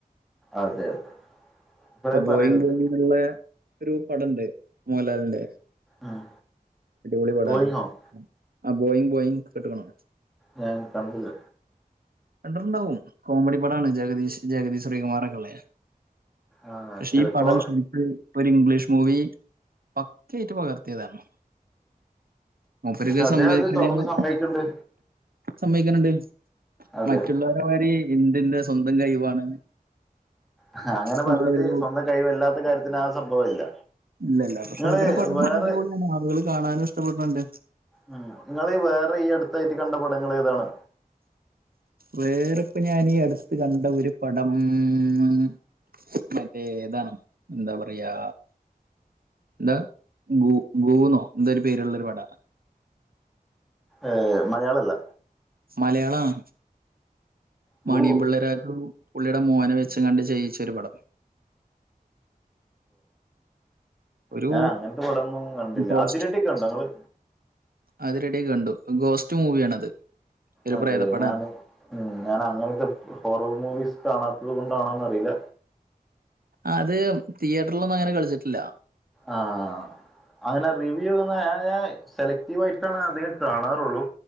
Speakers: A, in the centre; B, on the right.
A: അതെ അതെ കൊറേ
B: ഇപ്പൊ
A: പറയലുണ്ട്
B: ബോയിങ് ബോയിങ്ന്നുള്ള ഒരു പടണ്ട് മോഹൻലാ ലിന്റെ
A: ഉം
B: അടിപൊളി പടാ
A: ഗോയിങ് ഹോം
B: ആ ബോയിങ് ബോയിങ് കേട്ട്ക്ക്ണോ
A: ഞാൻ കണ്ടില്ല
B: കണ്ടിട്ടുണ്ടാവും കോമഡി പടാണ് ജഗദീഷ് ജഗദി ശ്രീകുമാറൊക്കെ ഒള്ളെ
A: ആഹ്
B: പക്ഷെ
A: ചിലപ്പോ
B: ഈ പടം ശരിക്ക് ഒരു ഇംഗ്ലീഷ് മൂവി പക്കയായിറ്റ് പകർത്തിയതാണ് മൂപ്പര്ക്ക്
A: പക്ഷെ അദ്ദേഹം
B: സമ്മതിക്ക്ണേ
A: അത് തുറന്ന്
B: ന്
A: സമ്മയിക്ക്ണ്ട്
B: സമ്മയ്ക്ക്ണ് ണ്ട്
A: അതെ
B: മറ്റുള്ളവരെമാരി ഇന്ദ് ന്റെ സ്വന്തം കഴിവാണ്
A: ആഹ് അങ്ങനെ
B: നല്ലൊരു
A: പറഞ്ഞിട്ട് സ്വന്തം കഴിവല്ലാത്ത കാര്യത്തിന് ആ സംഭവം ഇല്ല
B: ഇല്ലല്ല പക്ഷെ
A: നിങ്ങള്
B: മൂപ്പരെ പടങ്ങൾ
A: വേറെ
B: അടിപൊളിയാണ് ആളുകൾ കാണാനും ഇഷ്ടപ്പെട് ണ് ണ്ട്
A: ഉം നിങ്ങള് വേറെ ഈ അടുത്തായിട്ട് കണ്ട പടങ്ങള് ഏതാണ്
B: വേറെ ഇപ്പ ഞാനീ അടുത്ത് കണ്ട ഒരു പടം ഉം മറ്റേ താണ് എന്താ പറയാ എന്താ ഗൂ ഗൂന്നോ എന്തേ ഒരു പേരുള്ള ഒരു പടാണ്
A: ഏഹ് മലയാളല്ല
B: മലയാളാണ്
A: കൂവോ
B: മാണിയംപിള്ള രാജു പുള്ളിയുടെ മോന് വെച്ചങ്ങാണ്ട് ചെയ്യിച്ച ഒരു പടം ഒരു
A: ഞാൻ അങ്ങനത്തെ പടമൊന്നും കണ്ടില്ല
B: പോസ്റ്റ്
A: അതിരടിയൊക്കെ കണ്ടോ ഇങ്ങള്
B: അത് റെഡി കണ്ടു ഗോസ്റ്റ് മൂവിയാണത് ഒരു
A: അതെ
B: പ്രേതപ്പടാ
A: ഞാന് ഉം ഞാൻ അങ്ങനെത്തെ ഹോറർ മൂവീസ് കാണാത്തത് കൊണ്ടാണോന്ന് അറിയില്ല
B: അത് തിയറ്ററിലൊന്നും അങ്ങനെ കളിച്ചട്ടില്ല
A: ആഹ് അങ്ങനെ റിവ്യൂ ന്ന ഏഹ് ഞാഹ് സെലക്റ്റീവ് ആയിട്ടാണ് അധികം കാണാറുള്ളൂ